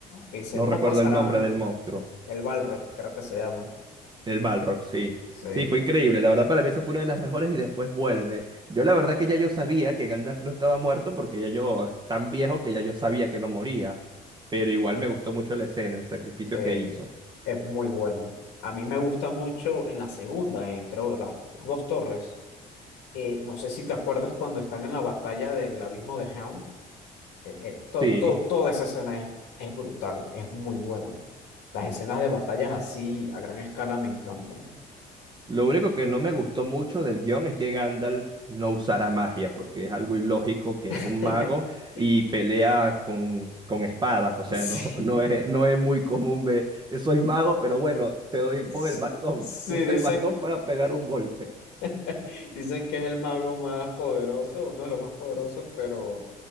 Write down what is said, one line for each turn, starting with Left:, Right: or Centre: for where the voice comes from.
Left: Que dice,
Right: No
Left: no
Right: recuerdo
Left: pasarán
Right: el nombre del monstruo.
Left: el Balrog, creo que se llama.
Right: El Balrog, sí.
Left: Sí.
Right: Sí, fue increíble. La verdad, para mí esa fue una de las mejores y después vuelve. Yo la verdad que ya yo sabía que Gandalf no estaba muerto porque ya yo, es tan viejo que ya yo sabía que no moría. Pero igual me gustó mucho la escena, el sacrificio
Left: Sí,
Right: que hizo.
Left: es muy buena. A mí me gusta mucho en la segunda, en creo las, las dos torres. Eh, no sé si te acuerdas cuando están en la batalla del abismo de Helm. Eh, eh, to-
Right: Sí.
Left: to- toda esa escena es, es brutal, es muy buena. Las escenas de batallas así a gran escala me encantan.
Right: Lo único que no me gustó mucho del guión es que Gandalf no usara magia, porque es algo ilógico que
Left: <laughs>
Right: es un mago y pelea con, con espadas. O sea,
Left: Sí,
Right: no, <laughs> no es, no es muy común ver, "Eh, soy mago, pero bueno, te doy
Left: sí,
Right: con el bastón.
Left: sí,
Right: Usa
Left: dicen.
Right: el bastón para pegar un golpe.
Left: <laughs> Dicen que es el mago más poderoso, uno de los más poderosos, pero